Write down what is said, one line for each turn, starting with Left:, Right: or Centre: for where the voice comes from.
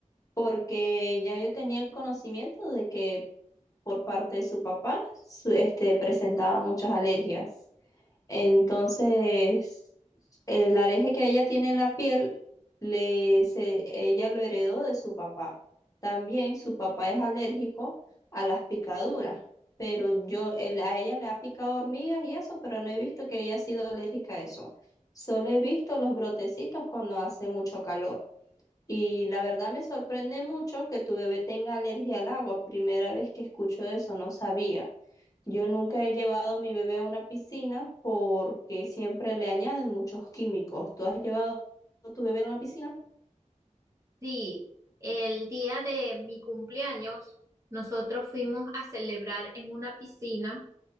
Left: porque ya yo tenía el conocimiento de que por parte de su papá, su- este, presentaba muchas alergias. Entonces, el alergia que ella tiene en la piel, le, se- ella lo heredó de su papá. También su papá es alérgico a las picaduras, pero yo, él- a ella le ha picado hormigas y eso, pero no he visto que haya sido alérgica a eso. Solo he visto los brotecitos cuando hace mucho calor. Y la verdad me sorprende mucho que tu bebé tenga alergia al agua. Primera vez que escucho eso, no sabía. Yo nunca he llevado a mi bebé a una piscina porque siempre le añaden muchos químicos. ¿Tú has llevado a tu bebé a una piscina?
Right: Sí, el día de mi cumpleaños nosotros fuimos a celebrar en una piscina.